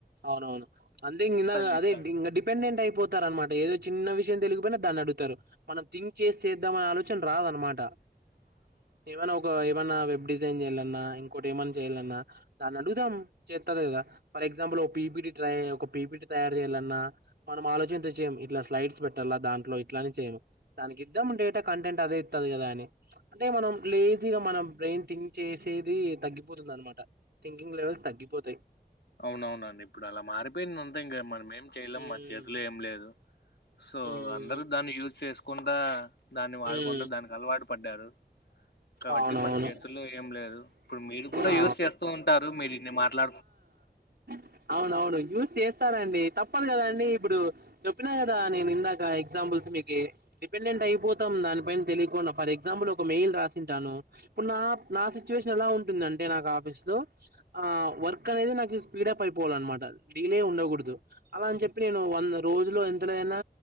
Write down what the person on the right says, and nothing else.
అవునవును అంతే ఇందాగ
అదే ఇంకా డిపెండెంట్ అయిపోతు అనమాట ఏదో చిన్న విషయం తెలియకపోయినా దాన్ని అడుగుతారు మనం థింక్ చేసి చేద్దామనే ఆలోచన రాదనమాట
ఏమన్నా ఒక
ఏమన్న వెబ్ డిజ్ జైన్ చేయాలన్నా ఇంకోటి ఏమన్న చేయాలన్నా దాన్ని అడుగుదాం చెత్తది కదా ఎగ్జాంపుల్ పీపిటి ట్రై ఒక పీపిటీ తయారు చేయాలన్నా మనం ఆలోచనతో చేయము ఇట్లా స్లైడ్స్ పెట్టాల దాంట్లో ఇట్లానే చేయ్యము దానికిద్దాము డేటా కంటెంట్ అదే ఇత్తాది కదా అని అంటే మనం లేజీగా మనం బ్రెయిన్ థింక్ చేసేది తగ్గిపోతుంది అనమాట థింకింగ్ లెవల్స్ తగ్గిపోతాయ్
ఉమ్
ఉమ్
ఉమ్
అవునవును
ఆ
ఆ అవునవును యూస్ చేస్తనండి తప్పదు కదాఅండి ఇప్పుడు చెప్పినా కదా నేను ఇందాక ఎగ్జాంపుల్స్ మీకి డిపెండెంట్ అయిపోద్ త్తం దానిపైన తెలియకుండా ఫర్ ఎగ్జాంపుల్ ఒక మెయిల్ రాసింటాను ఇప్పుడు నా నా సిచ్యువేషన్ ఎలా ఉంటుంది అంటే నాకు ఆఫీస్ లో ఆ వర్క్ అనేది నాకు స్పీడప్ అయిపోవాలన్నమాట డీలే ఉండకూడదు అలా అని చెప్పి నేను వంద రోజులు ఎంత లేదన్న